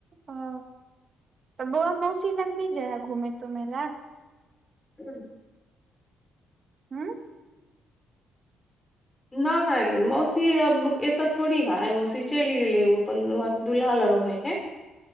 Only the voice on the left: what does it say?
<unintelligible>
नहि मौसी एतऽ थोड़ी है मौसी चलि गेले उ अपन दुूल्हा ल रहै हय।